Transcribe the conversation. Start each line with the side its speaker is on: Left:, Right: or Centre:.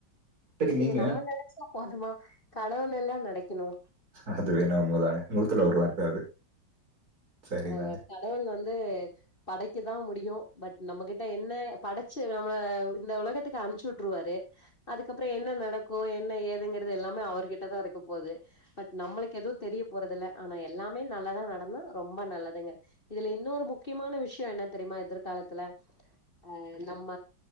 Right: சரி
Left: இது
Right: நீங்க
Left: நம்ம நெனைச்சா போதுமா கடவுள்லல்லா நெனைக்கணு
Right: அது வேனா உண்மதாங்க நூத்துல ஒரு வார்த்த அது சரிதாங்க.
Left: அஹ் கடவுள் வந்து படைக்க தா முடியு பட் நம்மகிட்ட என்ன படச்சு நம்மள இந்த உலகத்துக்கு அனுப்ச்சு விட்டுருவாரு அதுக்கப்ரோ என்ன நடக்கு என்ன ஏதுங்கறது எல்லாமே அவர்கிட்டதா இருக்க போது பட் நம்மளுக்கு எதுவு தெரிய போறது இல்ல ஆனா எல்லாமே நல்லாதா நடக் னா ரொம்ப நல்லதுங்க இதுல இன்னொரு முக்கியமான விஷயோ என்ன தெரியுமா எதிர்காலத்துல ஆஹ் நம்ம